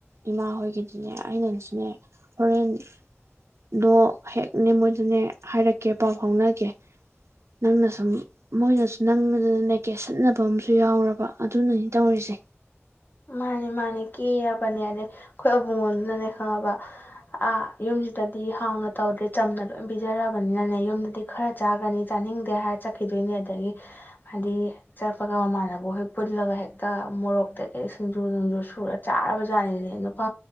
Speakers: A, on the right; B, on the left.
A: ꯏꯃꯥ ꯍꯣꯏꯒꯤꯗꯤꯅꯦ ꯑꯩꯅ ꯁꯤꯅꯦ ꯍꯣꯔꯦꯟꯗꯣ ꯍꯦꯛꯅꯦ ꯃꯣꯏꯗꯨꯅꯦ ꯍꯥꯏꯔꯛꯀꯦ ꯄꯥꯎ ꯐꯥꯎꯅꯒꯦ ꯅꯪꯅ ꯁꯨꯝ ꯃꯣꯏꯅꯁꯨ ꯅꯪꯅ ꯂꯩꯀꯦ ꯁꯤꯠꯅꯕ ꯑꯃꯁꯨ ꯑꯗꯨꯨ ꯌꯥꯎꯔꯕ ꯑꯗꯨꯅꯅꯤ ꯇꯧꯔꯤꯁꯦ
B: ꯃꯥꯅꯦ ꯃꯥꯅꯦ ꯀꯦꯔꯕꯅꯦ ꯑꯗꯩ ꯑꯩꯈꯣꯏ ꯑꯕꯨꯡꯉꯣꯗꯨꯅꯅꯦ ꯈꯪꯉꯕ ꯑꯥ ꯌꯨꯝꯁꯤꯗꯗꯤ ꯍꯥꯎꯅ ꯇꯧꯗ꯭ꯔꯦ ꯆꯝꯅ ꯂꯣꯏ ꯄꯤꯖꯔꯕꯅꯤꯅꯅꯦ ꯌꯨꯝꯗꯗꯤ ꯈꯔ ꯆꯥꯒ꯭ꯔꯅꯤ ꯆꯥꯅꯤꯡꯗꯦ ꯍꯥꯏꯔ ꯆꯠꯈꯤꯗꯣꯏꯅꯦ ꯑꯗꯒꯤ ꯍꯥꯏꯗꯤ ꯆꯠꯄꯒ ꯃꯃꯥꯟꯕꯨ ꯍꯣꯏ ꯄꯨꯜꯂꯒ ꯍꯦꯛꯇ ꯃꯣꯔꯣꯛꯇ ꯍ ꯁꯤꯡꯖꯨ ꯅꯨꯡꯖꯨ ꯁꯨꯔ ꯆꯥꯔꯕ ꯖꯥꯠꯅꯤꯅꯦ ꯅꯨꯄꯥ